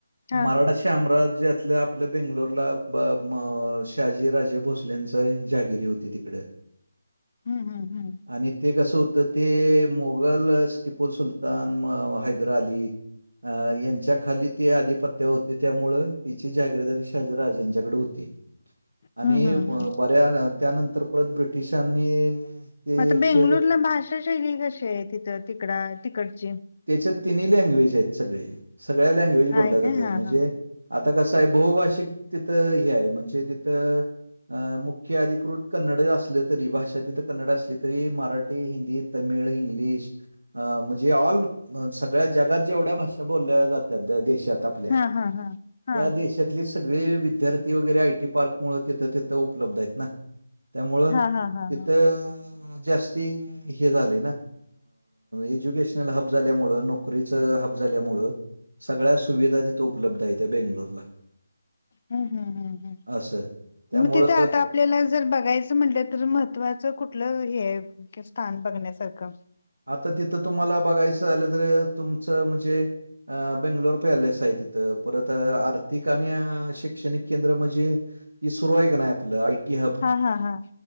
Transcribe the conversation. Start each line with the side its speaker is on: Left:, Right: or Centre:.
Left: हा
Right: मराठा. श्यामराज्यातल्या आपल्या बेंगलोरला ब म शहाजी राजे भोसले. भोसलेच जागिरी होती तिकड
Left: हम्म हम्म हम्म
Right: आणि. ते कसं होतं ते मुगल टिपूल सुलतान म व हैदरा अली. हा, यांच्या खाली ते आधिपत्य होते त्यामुळं. यांच्या जहागीरदारी शहाजीराजांकडे होते आणि
Left: हम्म हम्म हम्म
Right: म पा. <unintelligible> त्यानंतर परत ब्रिटिशांनी ते
Left: आता
Right: एक
Left: बेंगलुरला
Right: शहर
Left: भाषा शैली कशी आहे तिथ तिकडा तिकडची.
Right: त्याच्यात तिन्ही लँग्वेज आहेत सगळे सगळ्या लँग्वेज
Left: आहे
Right: बोलल्या जातात
Left: काय हा
Right: म्हणजे.
Left: हा
Right: आता कसं आहे बहुभाषिक तिथं हे आहे म्हणजे तिथं अ मुख्य. ख अधिकृत कन्नड असलं तरी भाषा तिथ. कन्नड असली तरी मराठी हिंदी तमिळ इंग्लिश म्हणजे ऑल ''--'' अ सगळ्या जगात जेवढ्या भाषा बोलल्या जातात देशात आपल्या
Left: हा हा हा हा
Right: त्या देश. त्यातले सगळे विद्यार्थी वगैरे आय टी पार्क मुळ तिथं तिथं उपलब्ध आहेत ना. त्यामुळं
Left: हा हा हा
Right: तिथं
Left: हा
Right: जास्ती हे झाले ना. एज्युकेशनल हब झाल्यामुळं नोकरीचं हब झाल्यामुळं. सगळ्या सुविधा तिथे उपलब्ध आहेत्या बेंगलोरला.
Left: हम हम हम,
Right: असं. त्यामुळं
Left: मग तिथे आता आपल्याला जर बघायचं. त म्हलं तर महत्त्वाचं कुठलं हे स्थान बघण्यासारखं.
Right: आता तिथं तुम्हाला बघायचं झालं तर तुमचं म्हणजे. अ बेंगलोर पॅलेस आहे तिथं परत आर्थिक आणि शैक्षणिक केंद्र म्हणजे. ह सुरू आहे का नाही आपलं आयटी हब
Left: हा हा हा